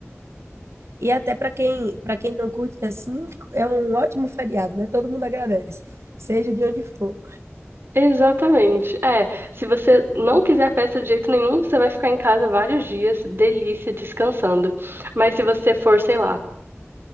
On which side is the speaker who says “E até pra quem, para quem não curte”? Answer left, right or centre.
Right